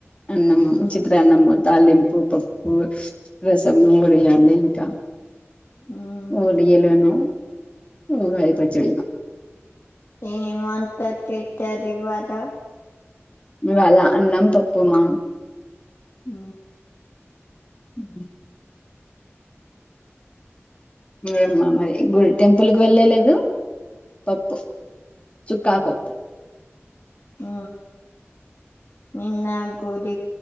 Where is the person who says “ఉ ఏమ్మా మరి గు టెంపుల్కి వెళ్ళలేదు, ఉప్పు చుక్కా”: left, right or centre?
Left